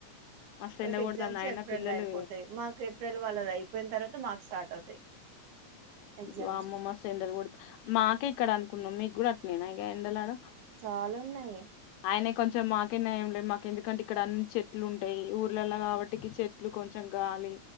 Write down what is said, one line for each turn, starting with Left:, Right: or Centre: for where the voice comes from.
Left: మస్తు
Right: వాళ్ళకి
Left: ఎండ
Right: ఎగ్జామ్స్
Left: కొడతాంది అయినా
Right: ఏప్రిల్
Left: పిల్లలు
Right: అయిపోతాయి మాకు ఏప్రిల్ వాళ్ళ అయిపోయిన తర్వాత మాకు స్టార్ట్ అవుతాయి ఎగ్జామ్స్
Left: వామ్మో మస్త్ ఎండలు కొడు మాకే ఇక్కడ అనుకున్నాం మీకు కూడా నేనా ఎండలాడ
Right: చాలన్నాయి
Left: అయినా కొంచెం మాకేనయం లే మాకు ఎందుకంటే ఇక్కడ అన్ని చెట్లు ఉంటాయి ఊర్లలా కాబట్టికి చెట్లు కొంచెం కొంచం గాలి